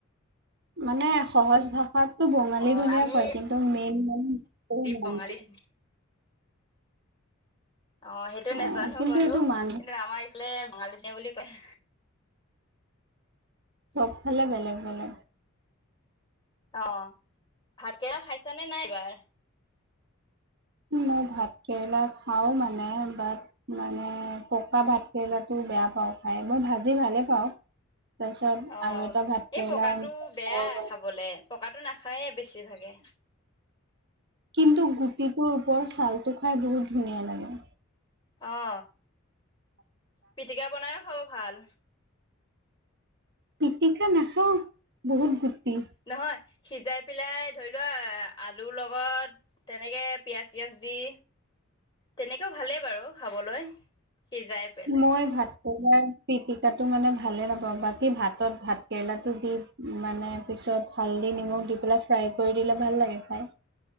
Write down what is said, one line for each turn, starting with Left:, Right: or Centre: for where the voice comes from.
Right: মানে সহজ ভাষাত টো বঙালী
Left: অ
Right: ধুনীয়া
Left: আমি
Right: কয় কিন্তু মেইন মানে মান
Left: বঙালী ধুনীয়া অ সেইটো
Right: অ',
Left: নেজানো
Right: কিন্তু
Left: বাৰু
Right: এইটো মান
Left: কিন্তু আমাৰ এইফালে বঙালি ধনীয়া বুলি কয়
Right: চবফালে বেলেগ বলেগ
Left: অ ভাতকেইৰা খাইছা নে নাই এইবাৰ
Right: মই ভাত কেৰেলা খাও মানে বাট মানে পকা ভাতকেৰেলাটো বেয়া পাওঁ খাই মই ভাজি ভালে পাওঁ তাৰপিছত
Left: অ
Right: আৰু এটা ভাত
Left: এই
Right: কেৰেলাৰ
Left: পকাটো বেয়া
Right: বৰ
Left: খাবলে পকাটো নাখায়ে বেছিভাগে
Right: কিন্তু গুটিটোৰ ওপৰ ছালটো খাই বহুত ধুনীয়া লাগে
Left: অ পিটিকা বনাইও খাব ভাল
Right: পিটিকা নাখাও বহুত গুটি
Left: নহয় সিজাই পেলাই ধৰি লোৱা আলুৰ লগত তেনেকে পিয়াজ চিয়াজ দি তেনেকেও ভালেই বাৰু খাবলৈ সিজাই পেলাই
Right: মই ভাত তোমাৰ পিটিকাটো মানে ভালে নাপাওঁ বাকী ভাতত ভাত কেৰেলাটো দি মানে পিছত হালধি নিমখ দি পেলাই ফ্ৰাই কৰি দিলে ভাল লাগে খাই